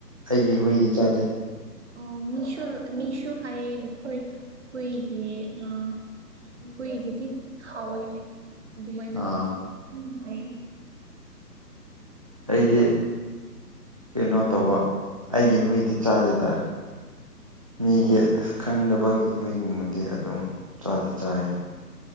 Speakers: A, on the right (about 20°); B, on the right (about 45°).
A: ꯑꯩꯒꯤ ꯍꯨꯏꯗꯤ ꯆꯥꯗꯦ
B: ꯑꯣ ꯃꯤꯁꯩ ꯃꯤꯁꯨ ꯍꯥꯏꯌꯦ ꯍꯨꯏꯒꯤ ꯑ ꯍꯨꯢꯒꯤꯗꯤ ꯍꯥꯎꯏ ꯑꯗꯨꯃꯥꯏꯅ
A: ꯑꯥ
B: ꯍꯥꯎ ꯍꯥꯏ
A: ꯑꯩꯗꯤ ꯀꯩꯅꯣ ꯇꯧꯕ ꯑꯩꯒꯤ ꯍꯨꯏꯗꯤ ꯆꯥꯗꯦꯗ ꯃꯤꯒꯤ
B: ꯑꯣ
A: ꯈꯪꯗꯕꯒꯤ ꯍꯨꯏꯒꯨꯝꯕꯗꯤ ꯑꯗꯨꯝ ꯆꯥꯗꯤ ꯆꯥꯏ ꯍꯥꯏꯅ